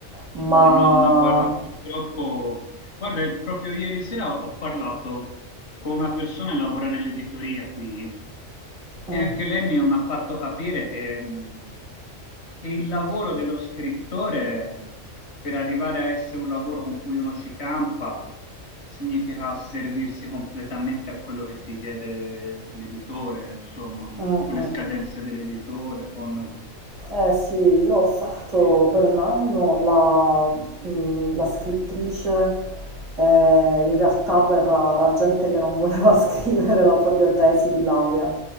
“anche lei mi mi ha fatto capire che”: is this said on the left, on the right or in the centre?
Left